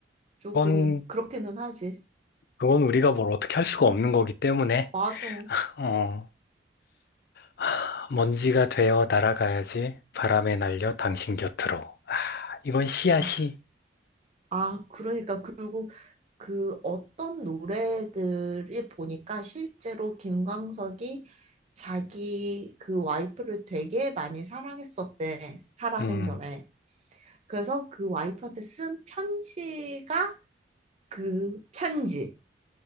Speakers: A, on the right; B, on the left.
A: 조금
B: 그건,
A: 그렇기는 하지.
B: 그건 우리가 뭘 어떻게 할 수가 없는 거기 때문에,
A: 맞아.
B: 어, 하, 먼지가 되어 날아가야지 바람에 날려 당신 곁으로. 아, 이건 시야
A: 아,
B: 시.
A: 아, 그러니까 그리고 그 어떤 노래들이 보니까 실제로 김광석이 자기 그 와이프를 되게 많이 사랑했었대. 살아생전에.
B: 음.
A: 그래서 그 와이프한테 쓴 편지가 그 편지